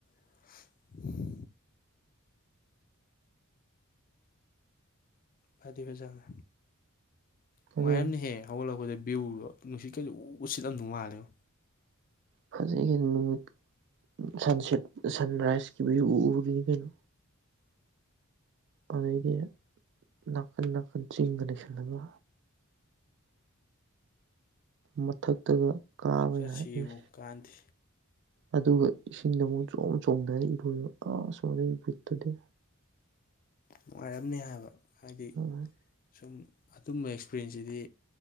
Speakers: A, on the left; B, on the right.
A: <unintelligible> ꯐꯗꯤ ꯐꯖꯥꯅꯦ
B: ꯀꯔꯤ
A: ꯅꯨꯡꯉꯥꯏꯔꯝꯅꯤꯍꯦ ꯍꯧꯒꯠꯂꯛꯄꯗ ꯕ꯭ꯌꯎꯒꯣ ꯅꯨꯡꯁꯤ ꯀꯩꯁꯨ ꯎꯠꯁꯤꯠꯂꯝꯝꯗꯧ ꯃꯥꯜꯂꯦꯕ
B: ꯍꯧꯖꯤꯒ ꯅꯨꯃꯤ ꯁꯟꯁꯦꯠ ꯁꯟꯔꯥꯏꯁꯀꯤꯚ ꯎꯔꯤꯅꯤ ꯀꯩꯅꯣ ꯑꯗꯩꯗꯤ ꯅꯥꯀꯟ ꯅꯥꯀꯟ ꯆꯤꯡꯒ ꯅꯁꯜꯂꯒ ꯃꯊꯛꯇꯒ ꯀꯥꯕ
A: ꯆꯠꯁꯤꯕꯨ
B: ꯌꯥꯔꯏ
A: ꯀꯥꯟꯗꯦ
B: ꯑꯗꯨꯒ ꯏꯁꯤꯡꯗ ꯑꯃꯨꯛ ꯆꯣꯡ ꯆꯣꯡꯗꯅ ꯏꯔꯣꯏꯕ ꯑꯁꯃꯗꯩ ꯋꯤꯠꯇꯨꯗꯤ
A: ꯅꯨꯡꯉꯥꯏꯔꯝꯅꯤ ꯍꯥꯏꯕ ꯍꯥꯏꯗꯤ
B: ꯅꯨꯡꯉꯥꯏ
A: ꯁꯨꯝ ꯑꯗꯨꯝꯕ ꯑꯦꯛꯁꯄꯤꯔꯦꯟꯁꯁꯤꯗꯤ